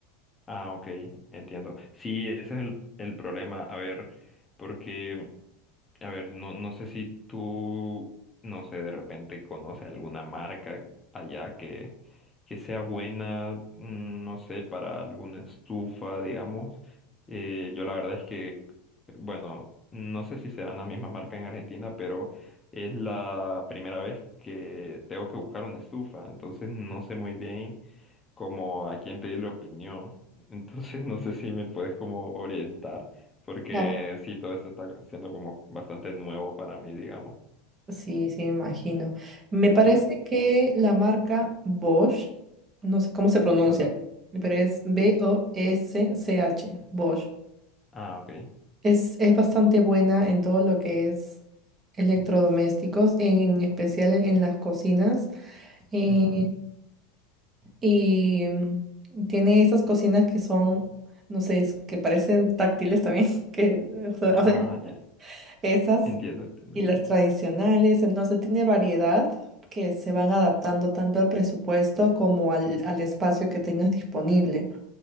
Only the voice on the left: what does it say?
ah, ok, entiendo, sí, ese es el, el problema, a ver, porque A ver, no, no sé si tú, no sé, de repente conoces alguna marca allá que, que sea buena, mm, no sé, para alguna estufa, digamos. Eh, yo la verdad es que, bueno, no sé si serán la misma marca en Argentina, pero es la primera vez que tengo que buscar una estufa, entonces no sé muy bien como a quién pedirle opinión. <laughs> Entonces no sé si me puedes como orientar, porque
sí, todo esto está siendo como bastante nuevo para mí, digamos.
Sí.
Ah,
ah, ok.
Ujú.
Ah,
ah, ya.
Entiendo, entiendo.